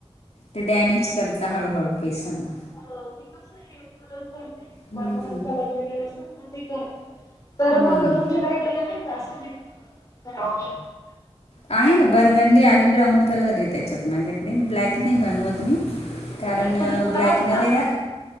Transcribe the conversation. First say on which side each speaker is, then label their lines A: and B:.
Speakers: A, on the left; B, on the left.
A: ते डॅमेज करत हळूहळू केसांना.
B: हो मी कस हेअर कलर करते,
A: हम्म
B: परमनंट कलर वगैरे असतात ना ते करते. तर
A: हम्म.
B: मग तुमच्याकडे काही आहे का, असं काही ऑप्शन?
A: आहे ना बरगंडी आणि ब्राऊन कलर आहे त्याच्यात माझ्याकडे, ब्लॅक नाही बनवत मी. कारण
B: आणि मग ते परमनंट
A: ब्लॅकमध्ये
B: असतात
A: ना